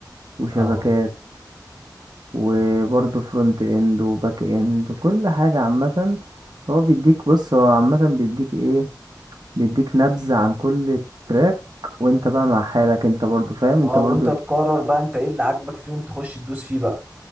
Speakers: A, on the right; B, on the right.
A: وشبكات
B: اه
A: وبرضه فرونت اند وباك اند كل حاجة عامة هو بيديك بص هو عامة بيديك ايه بيديك نبذة عن كل تراك وانت بقى مع حالك انت برضه فاهم انت
B: اه
A: برضه
B: وانت تقرر
A: ايه
B: بقى انت ايه اللي عاجبك فيهم تخش تدوس فيه بقى